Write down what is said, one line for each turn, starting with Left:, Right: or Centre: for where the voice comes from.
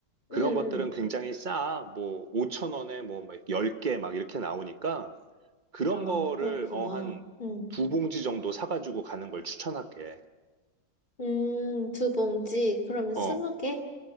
Right: 그런
Left: 음,
Right: 것들은
Left: 음.
Right: 굉장히 싸. 뭐, 5천 원에 뭐, 막 10개 막 이렇게 나오니까 그런
Left: 아,
Right: 거를,
Left: 그렇구나.
Right: 어, 한
Left: 음,
Right: 두 봉지 정도 사가지고 가는 걸 추천할게.
Left: 음, 두 봉지. 그러면
Right: 어.
Left: 스무 개?